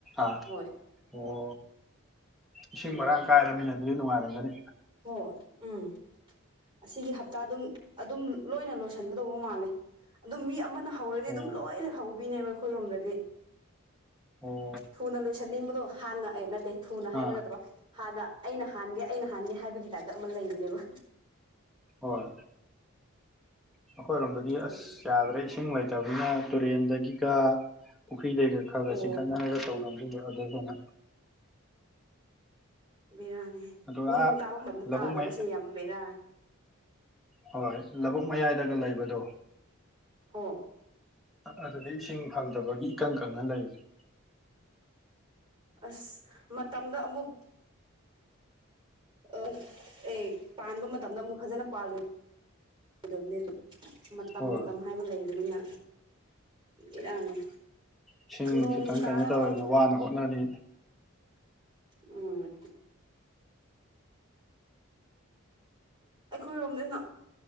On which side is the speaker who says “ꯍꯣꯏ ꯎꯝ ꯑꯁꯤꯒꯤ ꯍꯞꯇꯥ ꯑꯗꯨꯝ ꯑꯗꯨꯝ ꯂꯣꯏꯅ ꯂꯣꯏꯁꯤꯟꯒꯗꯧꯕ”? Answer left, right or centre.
Right